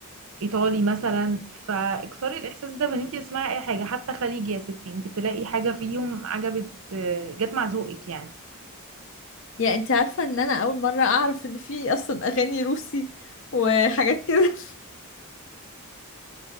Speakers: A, on the right; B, on the left.
A: ايطالي مثلا فاكسري الاحساس ده بان انت تسمعي اي حاجه حتى خليجي يا ستي انت تلاقي حاجه فيهم عجبت آه، جت مع ذوقك يعني
B: يعني انت عارفه ان انا اول مره اعرف ان في اصلا اغاني روسي وحاجات كده